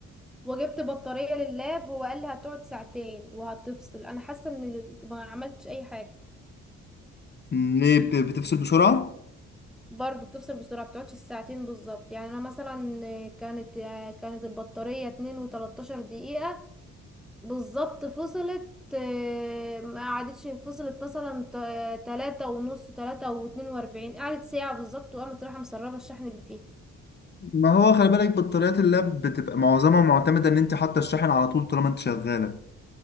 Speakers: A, in the centre; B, on the left.
A: وجبت بطاريه لللاب هو قال لي هتقعد ساعتين وهتفصل انا حاسه ان ما عملتش اي حاجه
B: م، ليه بت- بتفصل بسرعه
A: برضه بتفصل بسرعه بتقعدش الساعتين بالظبط يعني انا مثلا كانت كانت البطاريه 2 و13 دقيقه بالظبط فصلت آه، ما قعدتش فصلت مثلا تا- تلاتة ونص تلاتة واتنين واربعين قعدت ساعة بالظبط وقامت رايحة مسربة الشحن اللي فيه
B: ما هو خلي بالك بطاريات اللاب بتبقى معظمها معتمده ان انت حاطه الشاحن على طول طالما انت شغاله